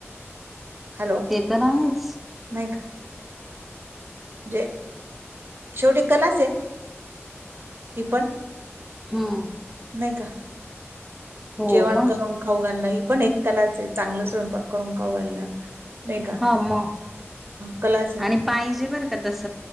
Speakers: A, on the right (about 50°); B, in the centre.
A: हॅलो
B: ते तर आहेच
A: नाही का जे शेवटी कलाच आहे ती पण
B: हम्म
A: नाही का
B: हो
A: जेवण
B: मग
A: करून खाऊ घालणार ही पण एक कलाच आहे चांगलं स्वयंपाक करून खाऊ घालणं. नाही का?
B: हा मग
A: कलाच आहे.
B: आणि पाहिजे बर का तस